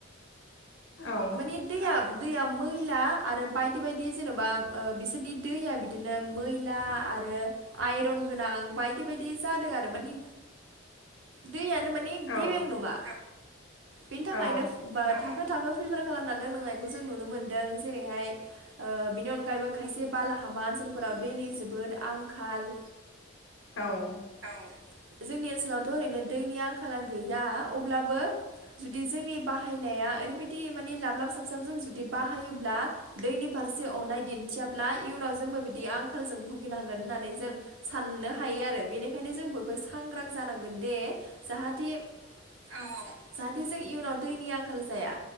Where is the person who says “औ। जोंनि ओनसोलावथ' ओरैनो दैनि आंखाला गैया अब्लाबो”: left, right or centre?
Right